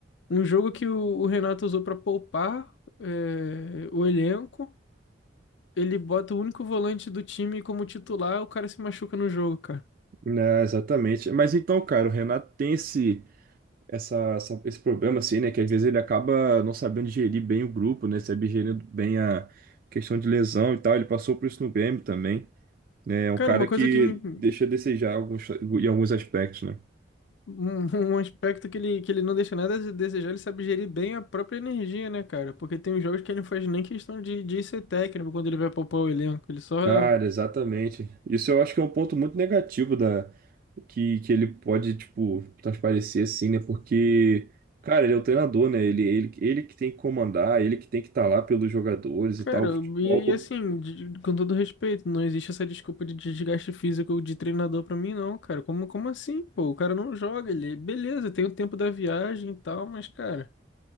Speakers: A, on the left; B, on the right.
A: Um jogo que o, o Renato usou pra poupar é, o elenco, ele bota o único volante do time como titular, o cara se machuca no jogo, cara.
B: Né, exatamente. Mas então, cara, o Renato tem esse. essa, essa- esse problema, assim, né? Que às vezes ele acaba não sabendo gerir bem o grupo, né? Sabe gerir bem a questão de lesão e tal. Ele passou por isso no Grêmio também, né? É um
A: Cara,
B: cara
A: uma coisa
B: que
A: que me. <laughs>
B: deixa a desejar alguns, em alguns aspectos, né?
A: Um, um aspecto que ele, que ele não deixa nada a desejar, ele sabe gerir bem a própria energia, né, cara? Porque tem jogos que ele não faz nem questão de, de ser técnico quando ele vai poupar o elenco. Ele só
B: Cara, exatamente. Isso eu acho que é um ponto muito negativo da que, que ele pode, tipo, transparecer assim, né? Porque, cara, ele é o treinador, né? Ele, ele, ele que tem que comandar, ele que tem que estar lá pelos jogadores
A: Cara,
B: e tal. O futebol
A: e, e assim, de- com todo respeito, não existe essa desculpa de desgaste físico de treinador pra mim, não, cara. Como, como assim, pô? O cara não joga, ele, beleza, tem o tempo da viagem e tal, mas, cara,